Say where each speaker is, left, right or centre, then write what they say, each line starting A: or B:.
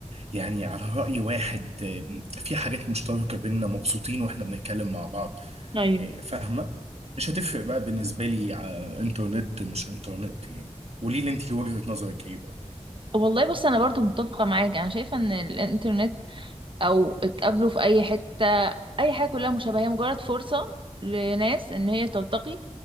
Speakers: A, on the right (about 60°); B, on the right (about 45°).
A: يعني على راي واحد آه، في حاجات مشتركه بينا مبسوطين واحنا بنتكلم مع بعض
B: ايوه
A: فاهمه مش هتفرق بقى بالنسبه لي ع- انترنت مش انترنت يعني قولي لي انت وجهه نظرك ايه برضه
B: والله بص انا برضو متفقة معاك انا شايفة ان الانترنت او اتقابلوا في اي حتة اي حاجة كلها مشابهة هي مجرد فرصة لناس ان هي تلتقي